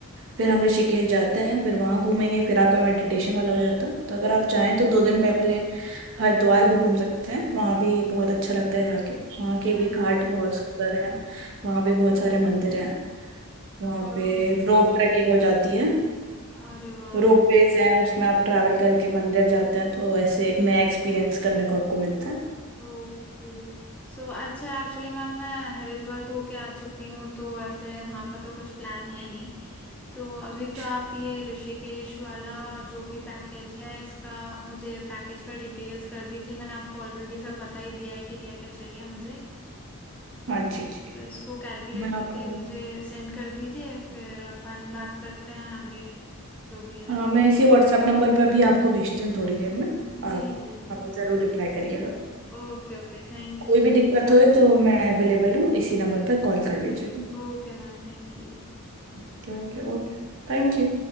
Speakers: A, on the right; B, in the centre.
A: फिर हम ऋषिकेश जाते हैं फिर वहां घूमेंगे फिर आपका मेडिटेशन वाला हो जाता है तो अगर आप चाहें तो दो दिन पहले हरिद्वार भी घूम सकते हैं वहां भी बहुत अच्छा लगता है जाके वहां के
B: हाँ
A: भी घाट बहुत सुंदर है वहां भी बहुत सारे मंदिर हैं वहां
B: तो
A: पे रोप ट्रैकिंग हो जाती है
B: अरे वाह
A: रोप वेज है उसमें आप ट्रैवल करके मंदिर जाते हैं तो ऐसे एक नया एक्सपीरियंस करने को आपको मिलता है
B: ओके सो अच्छा एक्चुअली मैम मैं हरिद्वार तो होके आ चुकी हूँ तो ऐसे वहाँ का तो कुछ प्लान है नहीं तो अभी
A: अच्छा।
B: तो आप ये ऋषिकेश वाला जो भी पैकेज है इसका मुझे पैकेज का डिटेल्स कर दीजिए मैंने आपको ऑलरेडी सब बता ही दिया है कि क्या क्या चाहिए मुझे
A: हाँ जी जी
B: तो इसको कैलकुलेट
A: मैं
B: करके
A: आपको
B: मुझे सेंड कर दीजिए फिर अपन बात करते हैं आगे जो भी रहता
A: हाँ मैं
B: है
A: इसी व्हाट्सएप नंबर पे अभी आपको भेजती हूँ थोड़ी देर में
B: जी
A: आप
B: जी जी
A: हमें ज़रूर रिप्लाई करिएगा
B: okay okay thank
A: कोई
B: you So
A: भी दिक्कत होए तो मैं अवेलेबल हूँ इसी नंबर पर कॉल कर लीजिएगा
B: okay ma'am thank you
A: Okay okay okay thank you